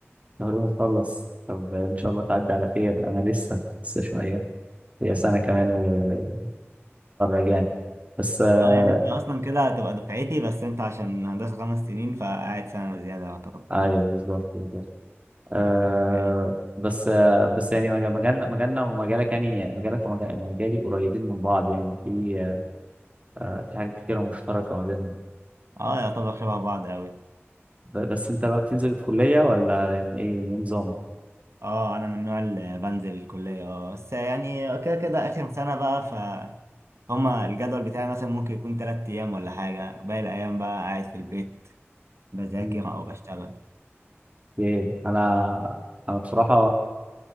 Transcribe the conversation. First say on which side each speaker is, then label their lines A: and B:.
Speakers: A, on the right; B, on the right.
A: تقريبا نخلص طب ان شاء الله تعدي على خير انا لسه لسه شويه هي سنه كمان واتخرج يعني بس آه
B: أه يعني أنت أصلا كده هتبقى دفعتي بس أنت عشان هندسة خمس سنين فقاعد سنة زيادة يعتبر
A: ايوه بالظبط بالظبط. آه
B: جامد.
A: بس آه بس يعني مج- مجالنا مجالنا ومجالك يعني مجالك ومجالي قريبين من بعض يعني في آه في حاجات كتيره مشتركه ما بينهم
B: أه يعتبر شبه بعض أوي
A: ب- بس انت بقى بتنزل الكليه ولا يعني ايه إيه نظامك؟
B: أه أنا من النوع اللي بنزل الكلية أه بس يعني كده كده آخر سنة بقى ف هما الجدول بتاعي مثلا ممكن يكون تلات أيام ولا حاجة باقي الأيام بقى قاعد في البيت بذاكر
A: مم.
B: أو بشتغل
A: ايه انا انا بصراحه